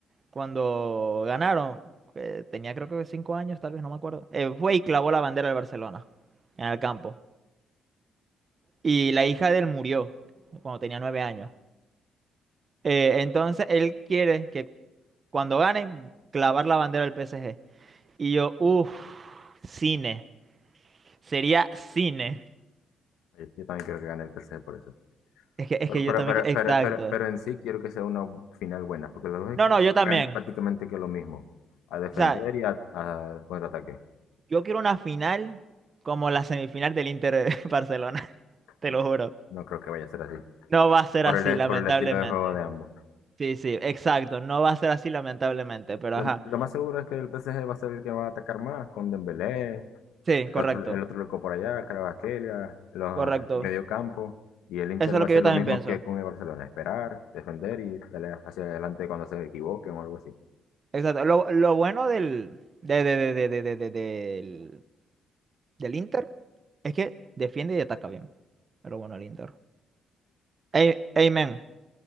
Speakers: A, on the right; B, on the left.
A: cuando ganaron, eh, tenía creo que cinco años, tal vez, no me acuerdo, eh, fue y clavó la bandera del Barcelona en el campo. Y la hija de él murió cuando tenía nueve años. Eh, entonces él quiere que cuando ganen, clavar la bandera del PSG. Y yo, uff, cine. Sería cine.
B: sí. Yo también creo que gane el PSG por eso.
A: Es que, es
B: Pero,
A: que
B: pero,
A: yo también,
B: pero,
A: qui- exacto.
B: pero, pero, pero en sí quiero que sea una final buena, porque los dos equipos
A: No, no, yo también.
B: juegan prácticamente que lo mismo, a defender
A: O sea,
B: y a, a contraataque.
A: yo quiero una final como la semifinal del Inter <laughs> Barcelona, te
B: No,
A: lo juro.
B: no creo que vaya a ser así,
A: No va a ser
B: por
A: así,
B: el,
A: lamentablemente.
B: por el estilo de juego de ambos.
A: Sí, sí, exacto. No va a ser así, lamentablemente, pero
B: Lo,
A: ajá.
B: lo más seguro es que el PSG va a ser el que va a atacar más, con Dembélé,
A: Sí,
B: el
A: correcto,
B: otro, el otro loco por allá, Kvaratskhelia, los
A: correcto.
B: el medio campo, y el Inter
A: Eso es
B: va
A: lo
B: a hacer
A: que yo
B: lo
A: también
B: mismo
A: pienso.
B: que con el Barcelona, esperar, defender y darle hacia adelante cuando se equivoquen o algo así.
A: Exacto. Lo, lo bueno del, de, de, de, de, de, de- de- del, del Inter es que defiende y ataca bien. Es Lo bueno del Inter. Ey- Amen.